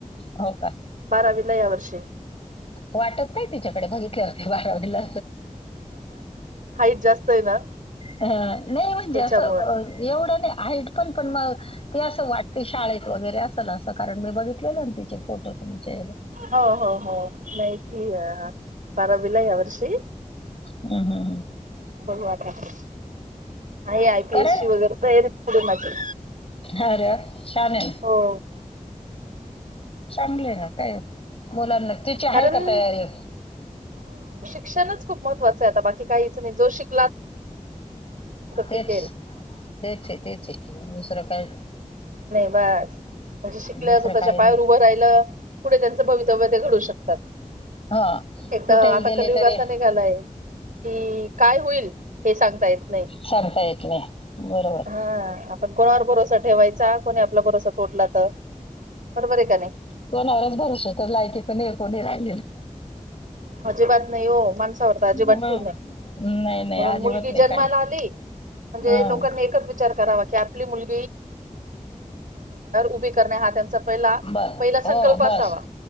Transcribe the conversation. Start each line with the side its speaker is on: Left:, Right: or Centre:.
Left: हो का
Right: बारा विला या वर्षी.
Left: वाटत काय तिच्याकडे बघित बारावीला
Right: हाईट जास्त आहे ना
Left: नाही म्हणजे
Right: त्याच्यामुळ
Left: असवढं नाहीट पण-पण म त अस वाटते शाळेत वगैरे अस-अस कारण मी बघितलेलं त फोटो तम चला
Right: हो-हो-हो माहिती बारावीला या वर्षी्
Left: हम्म, हम्म, हम्म.
Right: बघता आहे. आयपीएस
Left: कारण
Right: सी वगैरे तर र पुढे माझी
Left: अरे छान आहे ना
Right: हो
Left: चांगले ना, काय बोला ना, तिची आहे
Right: कारण
Left: का तयारी
Right: श्षणच खूप महत्वां आहे बाकी का जो शिक
Left: तेच-तेच-तेच
Right: टिकेल
Left: हे दुसरं काय नाही,
Right: बस, म्हणजे शिकल्या
Left: दुसरं
Right: असं त्याच्या
Left: काय
Right: पायावर उभं राहिलं पुढे त्यांचं भवितव्य ते घडू शकतात,
Left: हा
Right: एक
Left: कुठेही
Right: तर आता
Left: गेले
Right: कलयुग
Left: तरी
Right: असा निघालाय कि काय होईल हे सांगता येत नाही
Left: सांगता येत नाही बरोबर
Right: हा आपण कोणावर भरोसा ठेवाय. कोणी आपला बरससा तोटला तर बरोबर आहे का नाही.
Left: को नरोज भर, तर लायकी पण हे कोणी राल
Right: आजी बात नाही हो माणसावर तर अजिबात
Left: म
Right: ठेवू नये
Left: नाही-नाही
Right: म्हणून
Left: अजिबात
Right: मुलगी
Left: नाही
Right: जन्माला
Left: काही
Right: आली म्हणजे
Left: हं.
Right: लोकांनी एकच विचार करावा की आपली मुलग उभी करणे हा त्यांचा पहिला
Left: बर
Right: पहिला
Left: हो
Right: संकल्प
Left: बस
Right: असावा